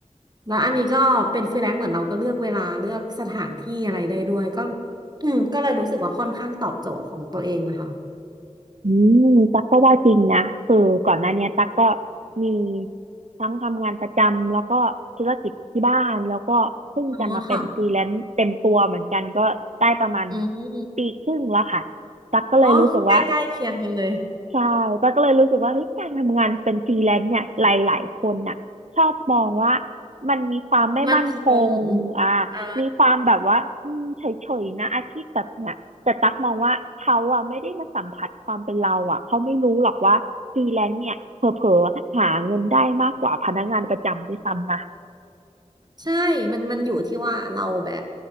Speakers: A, on the right; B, on the right.
A: แล้วอันนี้ก็เป็นฟรีแลนซ์เหมือนเราก็เลือกเวลาเลือกสถานที่อะไรได้ด้วยก็อืมก็เลยรู้สึกว่าค่อนข้างตอบโจทย์ของตัวเองนะคะ
B: อืมตั๊กก็ว่าจริงนะคือก่อนหน้าเนี้ยตั๊กก็มีทั้งทำงานประจำแล้วก็ธุรกิจที่บ้านแล้วก็เพิ่งจะมาเป็นฟรีแลนซ์เต็มตัวเหมือนกันก็ได้ประมาณ
A: อ๋อค่ะอืม
B: ปีครึ่งแล้วค่ะตั๊กก็เลยรู้สึกว่า
A: อ๋อใกล้ๆเคียงกันเลย
B: ใช่ป้าก็เลยรู้สึกว่าเฮ้ยการทำงานเป็นฟรีแลนซ์เนี่ยหลายๆคนน่ะชอบมองว่ามันมีความไม่มั่นคงอ่า
A: มั่นคงอ่า
B: มีความแบบว่าอืมเฉยๆนะอาชีพแบบเนี้ยแต่ตักมองว่าเขาอ่ะไม่ได้มาสัมผัสความเป็นเราอ่ะเขาไม่รู้หรอกว่าฟรีแลนซ์เนี่ยเผลอๆหาเงินได้มากกว่าพนักงานประจำด้วยซ้ำนะ
A: ใช่มันมันอยู่ที่ว่าเราแบบ